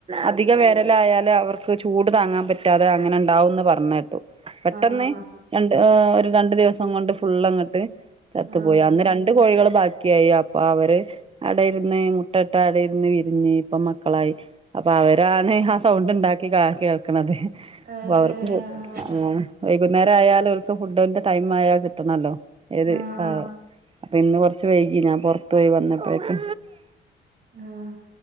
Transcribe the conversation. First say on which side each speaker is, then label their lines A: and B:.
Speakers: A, on the right; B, on the right.
A: അധികം വേനലായാല് അവർക്ക് ചൂട് താങ്ങാൻ പറ്റാതെ അങ്ങനെ ഇണ്ടാവൂന്ന് പറഞ്ഞ കേട്ടു പെട്ടെന്ന്
B: ആഹ് ആഹ്
A: രണ്ട് ഏഹ് ഒരു രണ്ട് ദിവസം കൊണ്ട് ഫുൾ അങ്ങട്ട് ചത്തു
B: ആഹ്
A: പോയി അന്ന് രണ്ട് രണ്ട് കോഴികള് ബാക്കിയായി അപ്പൊ അവര് അട ഇരുന്ന് മുട്ടയിട്ട് അടയിരുന്ന് വിരിഞ്ഞ് ഇപ്പ മക്കളായി അപ്പൊ അവരാണ് ആ സൗണ്ട് ഇണ്ടാക്കി കാ കേൾക്കണത്
B: അയ്
A: അപ്പൊ
B: ശരി
A: അവർക്ക് <unintelligible>
B: ആഹ് ആഹ്
A: ആ വൈകുന്നേരം ആയാലും അവർക്ക് ഫുഡിന്റെ ടൈം ആയാല് കിട്ടണല്ലോ ഏത്
B: ആഹ്
A: ആ പിന്നെ കൊറച്ച് വൈകി ഞാൻ പുറത്തു പോയി വന്നപ്പോഴേക്ക്
B: ആഹ്